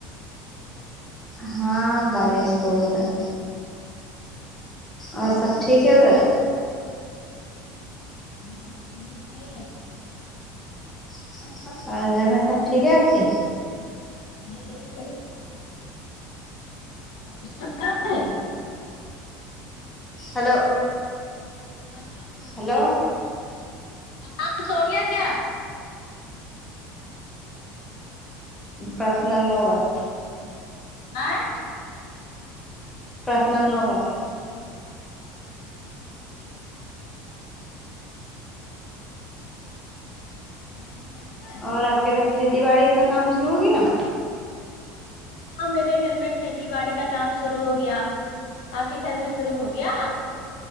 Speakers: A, in the centre; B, on the left.
A: ہاں بارش تو ہو رہا ہے اور سب ٹھیک ہے ادھر
B: ہاں ٹھیک ہے
A: ہاں اور گھر میں سب ٹھیک ہے آپ کے
B: ہاں میرے گھر میں تو سب <unintelligible>
A: ہلو
B: آسدسوگیا
A: ہلو
B: آسد سوگیا کیا
A: پرسنل نو بات
B: ہاں
A: پرسنل نو بات
B: لائٹ ہے ادھر
A: اور آپ کے ادھر کھیتی باڑی کا کام شروع ہوگیا
B: ہاں میرے گھر میں کھیتی باڑی کا کام شروع ہو گیا آپ کے گھر میں شروع ہو گیا